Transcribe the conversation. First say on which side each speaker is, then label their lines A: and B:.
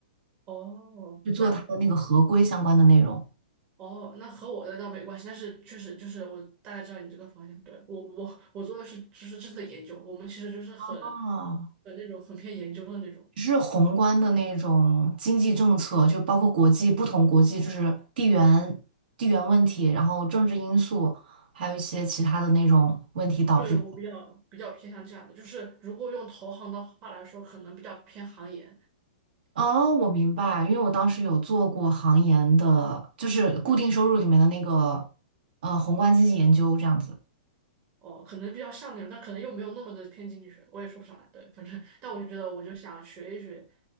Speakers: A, on the right; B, on the right.
A: 哦，
B: 去做它的那个合规相关的内容。
A: 那哦，那和我的倒没关系，但是确实就是我大概知道你这个方向。对，我我我做的是就是这次的研究，我们其实就是很
B: 哦，
A: 很那种很偏研究的那种。
B: 就是宏观的那种经济政策，就包括国际不同国际，就是地缘地缘问题，然后政治因素，还有一些其他的那种问题导致。
A: 对，我比较比较偏向这样的，就是如果用投行的话来说，可能比较偏行业；
B: 哦，我明白，因为我当时有做过行研的，就是固定收入里面的那个呃宏观经济研究这样子。
A: 哦，可能比较像那种，但可能又没有那么的偏经济学，我也说不上来。对，反正，但我就觉得，我就想学一学，